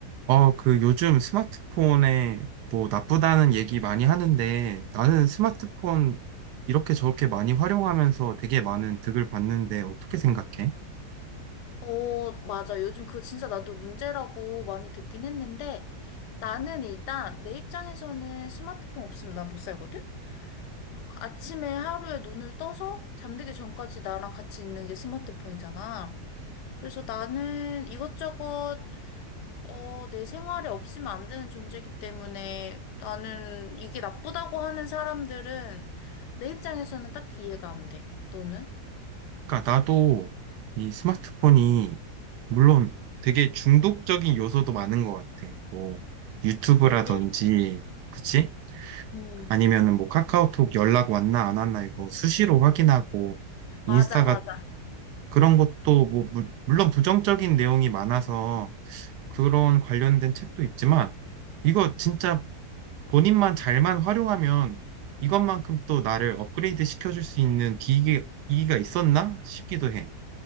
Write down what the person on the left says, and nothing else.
어, 맞아. 요즘 그거 진짜 나도 문제라고 많이 듣긴 했는데 나는 일단 내 입장에서는 스마트폰 없으면 난 못 살거든? 아침에 하루에 눈을 떠서 잠들기 전까지 나랑 같이 있는 게 스마트폰이잖아. 그래서 나는 이것저것 어, 내 생활에 없으면 안 되는 존재이기 때문에 나는 이게 나쁘다고 하는 사람들은 내 입장에서는 딱히 이해가 안 돼. 너는?
그치.
음.
맞아,
맞아.